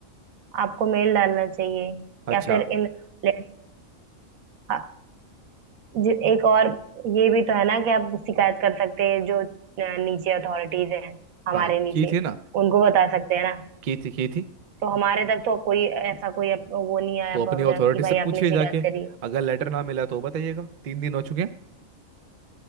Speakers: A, on the right (about 90°); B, on the right (about 55°).
A: आपको मेल डालना चाहिए
B: अच्छा
A: या फिर इन ले- आ- जि- एक और ये भी तो है ना कि आप शिकायत कर सकते हैं जो अ, नीचे अथॉरिटीज हैं हमारे
B: हाँ
A: नीचे
B: की थी ना
A: उनको बता सकते हैं ना
B: की थी की थी
A: तो हमारे तक तो कोई ऐसा कोई अप- वो नहीं आया
B: तो अपनी
A: पहुंचा
B: अथॉरिटी
A: कि भाई
B: से पूछिए
A: आपने शिकायत
B: जाके
A: करी
B: अगर लेटर ना मिला तो बताइएगा तीन दिन हो चुके हैं